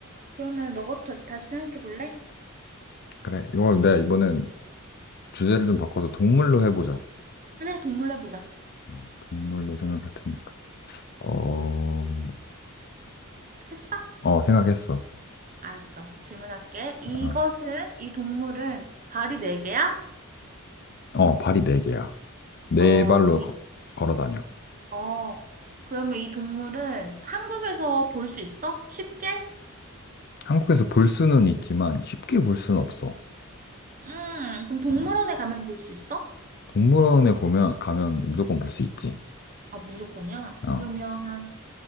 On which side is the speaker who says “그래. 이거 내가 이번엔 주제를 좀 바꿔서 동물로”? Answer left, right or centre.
Left